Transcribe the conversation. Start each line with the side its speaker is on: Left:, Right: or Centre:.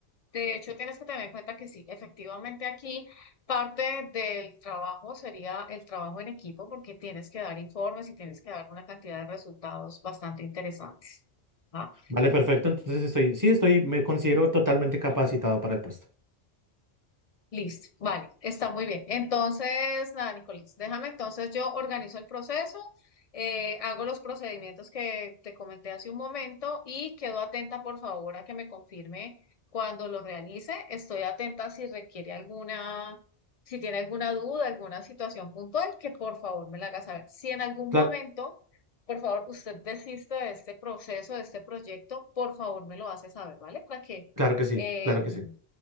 Left: De hecho, tienes que tener en cuenta que sí, efectivamente aquí parte del trabajo sería el trabajo en equipo porque tienes que dar informes y tienes que dar una cantidad de resultados bastante interesantes. ¿va?
Right: vale, perfecto, entonces estoy, sí, estoy, me considero totalmente capacitado para el puesto.
Left: Listo, vale, está muy bien. Entonces, nada, Nicolás, déjame entonces yo organizo el proceso, eh, hago los procedimientos que te comenté hace un momento y quedo atenta, por favor, a que me confirme cuando lo realice. Estoy atenta si requiere alguna, si tiene alguna duda, alguna situación puntual, que por favor me la haga saber. Si en algún momento,
Right: Cla-
Left: por favor, usted desiste de este proceso, de este proyecto, por favor me lo hace saber, ¿vale? Para que...
Right: claro que sí,
Left: em,
Right: claro que sí.